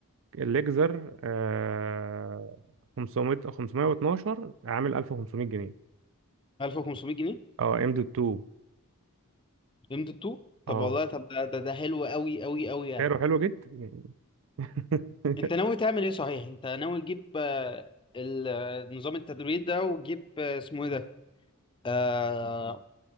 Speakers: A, on the right; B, on the left.
A: الليكزر آه 500 512 عامل 1500 جنيه
B: 1500 جنيه
A: اه ام دوت 2 اه
B: ليميتد 2 طب
A: اه
B: والله طب ده ده, ده حلو قوي قوي قوي يعني
A: سعره حلو جدا يعني. <laughs>
B: انت ناوي تعمل ايه صحيح انت ناوي تجيب آه، ال- آه، نظام التدريب ده وتجيب آه، اسمه ايه ده آه